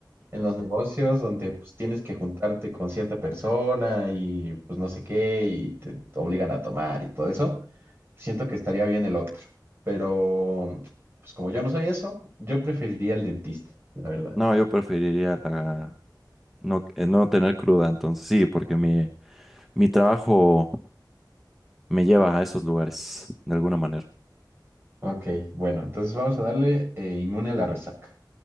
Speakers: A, on the right; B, in the centre.
A: en los negocios donde pues tienes que juntarte con cierta persona y pues no sé qué y te, te obligan a tomar y todo eso, siento que estaría bien el otro. Pero pues como yo no soy eso, yo preferiría el dentista, la verdad.
B: No, yo preferiría la, no, eh, no tener cruda, entonces sí, porque mi, mi trabajo me lleva a esos lugares, de alguna manera.
A: Ok, bueno, entonces vamos a darle eh, inmune a la resaca.